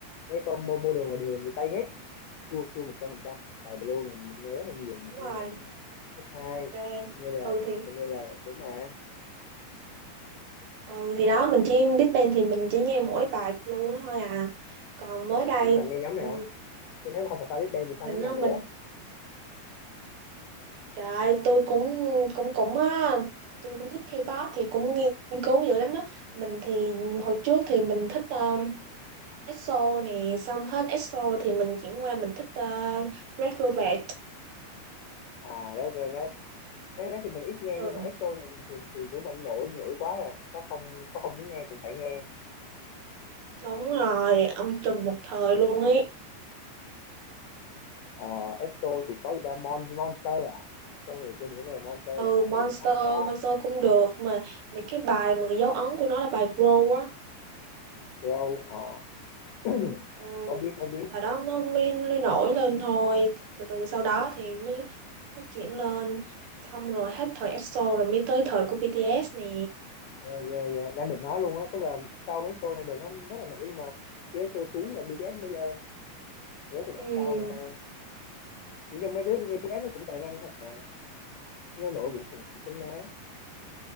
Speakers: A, on the left; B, on the right.
A: mấy con mo- model mà đều là người Tây hết chua chua một trăm phần trăm tại Blue này mình nghe rất là nhiều mình
B: Đúng
A: nghe
B: rồi,
A: hồi à, cấp hai,
B: ok.
A: cho nên là
B: Ừ thì
A: cho nên là đúng mà
B: ừ thì đó mình chỉ Big Bang thì mình chỉ nghe mỗi bài Blue đó thôi à. Còn mới đây
A: vậy bạn nghe nhóm nào
B: ừ,
A: chứ nếu mà không phải Five Big Bang thì fan
B: mình
A: nhóm
B: á,
A: nào nữa
B: mình trời ơi, tôi cũng cũng cũng á tôi cũng thích K-pop thì cũng nghiên cứu dữ lắm á. Mình thì hồi trước thì mình thích ờ, EXO nè xong hết EXO thì mình chuyển qua mình thích uh, Red Velvet
A: à Red Velvet Red Velvet thì mình ít nghe
B: ừ
A: nhưng mà EXO thì thì, thì đúng mình nổi nổi quá rồi có không có không muốn nghe cũng phải nghe
B: đúng rồi ông trùm một thời luôn ấy
A: Ờ, EXO thì có gì ta Mon Monster à tôi hồi xưa mình cũng nghe bài Monster
B: ừ
A: này bài nó
B: Monster
A: gì nó hot quá
B: Monster cũng được
A: không
B: mà mấy cái bài mà dấu ấn của nó là bài Grow á
A: Grow ờ. <clears throat>
B: ừ
A: có biết có biết
B: bài đó nó mới, mới nổi lên thôi từ từ sau đó thì mới phát triển lên xong rồi hết thời EXO rồi mới tới thời của BTS nè
A: dạ dạ dạ đang định nói luôn á tức là sau cái show này đợt nó rất là nổi nhưng mà khi cái show xuống là BTS mới lên để từ đoạn
B: ừ
A: sau này hơn chỉ trong mấy đứa bên BTS nó cũng tài năng thật mà nó nổi cũng cũng cũng xứng đáng